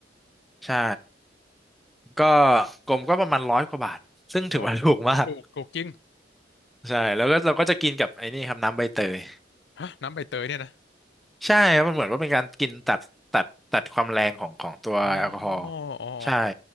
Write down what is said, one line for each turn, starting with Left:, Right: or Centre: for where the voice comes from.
Centre: ใช่ก็กลมก็ประมาณร้อยกว่าบาทซึ่งถือว่าถูกมาก
Left: โอ้ถูกถูกจริง
Centre: ใช่แล้วก็เราก็จะกินกับไอ้นี่ครับน้ำใบเตย
Left: ฮะน้ำใบเตยเนี่ยนะ
Centre: ใช่ครับมันเหมือนว่าเป็นการกินตัดตัดตัดความแรงของของตัวแอลกอฮอล์
Left: อ๋ออ๋ออ๋อ
Centre: ใช่